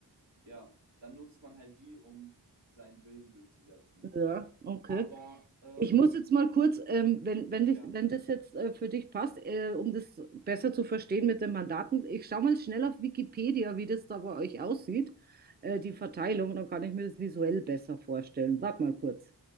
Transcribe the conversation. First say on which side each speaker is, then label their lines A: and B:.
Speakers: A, on the right; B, on the right.
A: ja, dann nutzt man halt die, um seinen Willen durchzusetzen.
B: Ja, okay.
A: Aber, äh,
B: Ich muss jetzt mal kurz, ähm, wenn, wenn, dich,
A: ja,
B: wenn das jetzt äh, für dich passt, äh, um das besser zu verstehen mit den Mandaten, ich schaue mal schnell auf Wikipedia, wie das da bei euch aussieht, äh, die Verteilung, dann kann ich mir das visuell besser vorstellen. Warte mal kurz.